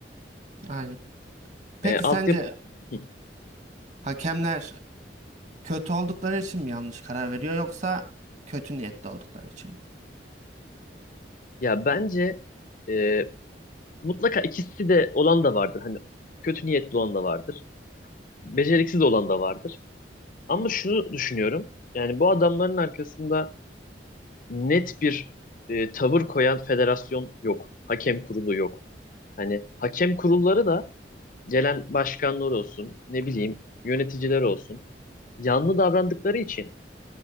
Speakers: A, on the right; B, on the left.
A: Aynen. Peki
B: E, altyapı...
A: sence
B: Hı.
A: hakemler kötü oldukları için mi yanlış karar veriyor yoksa kötü niyetli oldukları için mi?
B: Ya bence e, mutlaka ikisi de olan da vardır. Hani kötü niyetli olan da vardır. Beceriksiz olan da vardır. Ama şunu düşünüyorum. Yani bu adamların arkasında net bir e, tavır koyan federasyon yok. Hakem kurulu yok. Hani hakem kurulları da gelen başkanlar olsun, ne bileyim yöneticiler olsun. Yanlı davrandıkları için